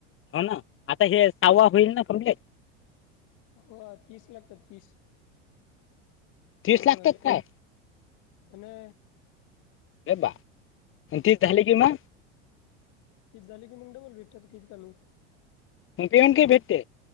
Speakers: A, on the left; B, on the left.
A: हो ना आता हे साहवा
B: ती
A: होईल ना पणले
B: हो तीस लागतात तीस
A: तीस
B: पूर्ण
A: लागतात
B: व्हायला
A: काय
B: आणि
A: रे बा? तीस झाले कि मग?
B: तीस झाले कि मग डबल भेटतात कि त्यांना.
A: प पेंट का भटते